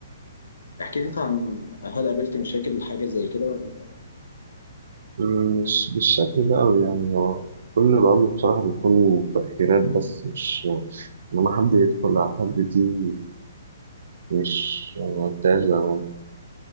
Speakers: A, on the left; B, on the right.
A: احكي لي انت عن هل قابلت مشاكل حاجة زي كده ولا
B: مم، مش بالشكل ده أوي يعني هو كل الأمر بصراحة بيكون تأخيرات بس مش لما حد يدخل على حد دي مش ما بتاعش زمان